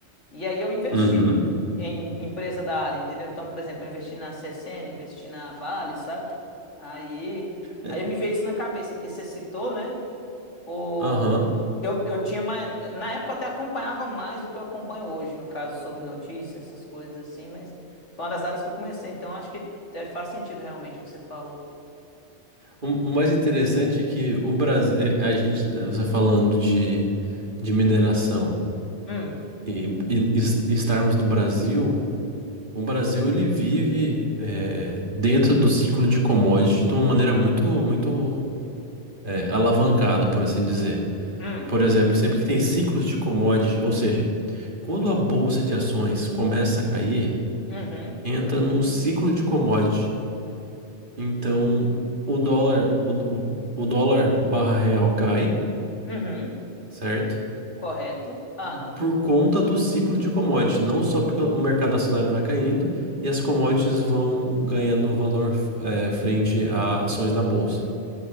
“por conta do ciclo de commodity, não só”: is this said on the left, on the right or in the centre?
Right